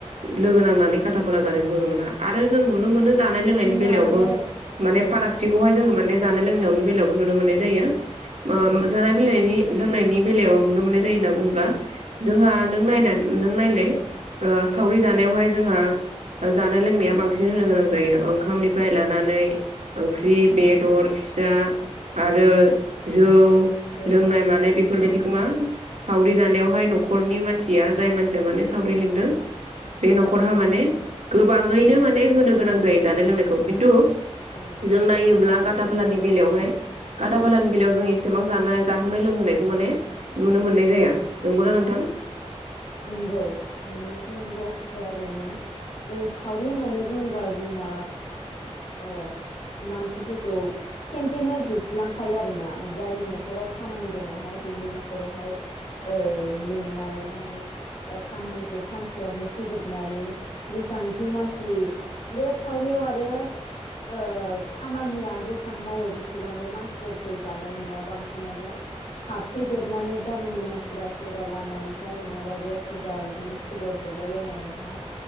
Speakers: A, on the right; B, on the left.
A: लोगो नांनानै गाथा फला जानायखौ नुनो मोना आरो जों नुनो मोनो जानाय लोंनायनि
B: नङा
A: बेलायावबो
B: माने
A: माने
B: औ
A: फाराग थिखौहाय जों माने जानाय लोंनायावनि बेलायावबो नुनो मोननाय जायो।
B: औ
A: मो जानाय <unintelligible> लोंनायनि बेलायाव नुनो मोननाय जायो होनना बुंब्ला जोंहा नों नायना नों नायलाय ओ सावरि जानायावहाय जोंहा जानाय लोंनाया बांसिन होनो गोनां जायो ओंखामनिफ्राय लानानै ओंख्रि बेदर फिसा आरो जौ
B: औ
A: लोंनाय मानाय बेफोरबायदिखौ मा सावरि जानायावहाय न'खरनि मानसिया जाय मानसिया माने सावरि लिंदों बे न'खरहा माने गोबाङैनो
B: होनांगौ जायो
A: माने होनो गोनां जायो जानाय लोंनायखौ खिन्थु
B: औ
A: जों नायोब्ला गाथाफालानि बेलायावहाय गाथाफालानि बेलायाव जों एसेबां जानाय जाहोनाय लोंहोनायखौ माने नुनो मोननाय जाया नंगौना नोंथां?
B: नंगौ नंनायाथ' नंगौ खोथाया बेनो ओ सावरि होननानै बुङोबा जोंना ओ मानसिफोरखौ खेनसेनो जोबलांखायो आरो ना जायनि न'खराव खामानि दङ'हाय बेनि न'खरावहाय ओ लिंनानैहाय ओ खामानिखौ सानसेयावनो फोजोबनानै जेसांखि मानसि बे सावरियाव आरो ओ खामानिया जेसां मावो बेसेबांल' मानसिफोरखौ जानाय नुवा बांसिनानो हाबफैदेरनानै गामिनि मानसिफोरा सोरबा लामानिफ्राय नोङाबा बो सोरबा बिदिनो खबर हरलायलायनानैहा